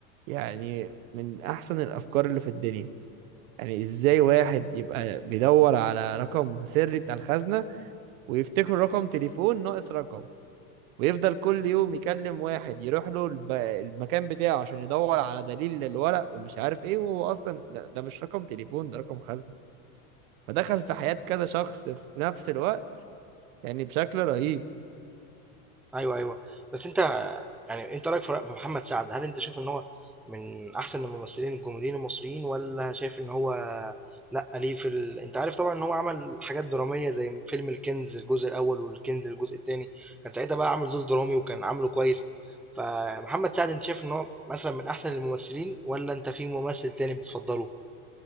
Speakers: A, on the right; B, in the centre.
A: يعني من أحسن الأفكار اللي في الدنيا يعني إزاي واحد يبقى بيدور على رقم سري بتاع الخزنة ويفتكروا رقم تليفون ناقص رقم ويفضل كل يوم يكلم واحد يروح له الب... المكان بتاعه عشان يدور على دليل للورق ومش عارف ايه وهو اصلا ده, ده مش رقم تليفون ده رقم خزنة فدخل في حياة كذا شخص في نفس الوقت يعني بشكل رهيب
B: أيوه، أيوه. بس أنت يعني أنت رأيك في ر في محمد سعد، هل أنت شايف إن هو من أحسن الممثلين الكوميديين المصريين والّا شايف إن هو لأ، ليه في ال أنت عارف طبعًا إن هو عمل حاجات درامية زي فيلم الكنز الجزء الأول والكنز الجزء التاني، كان ساعتها بقى عامل دور درامي وكان عامله كويس، فمحمد سعد أنت شايف إن هو مثلًا من أحسن الممثلين والّا أنت في ممثل تاني بتفضّله؟